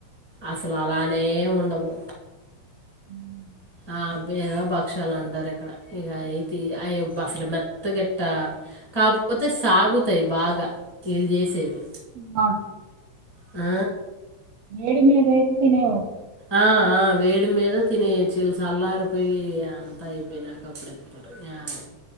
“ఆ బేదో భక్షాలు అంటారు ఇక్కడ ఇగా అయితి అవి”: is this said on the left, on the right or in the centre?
Left